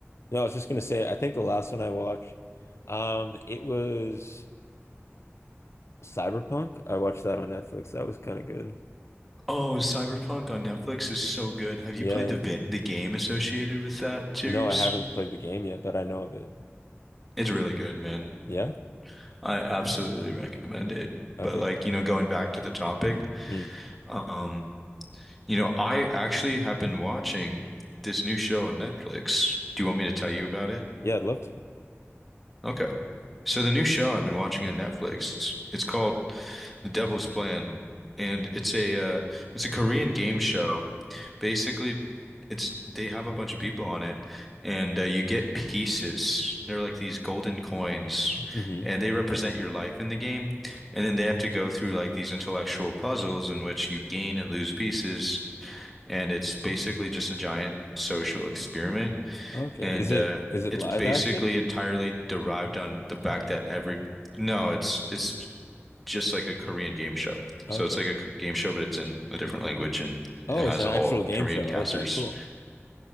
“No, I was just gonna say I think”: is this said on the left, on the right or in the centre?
Left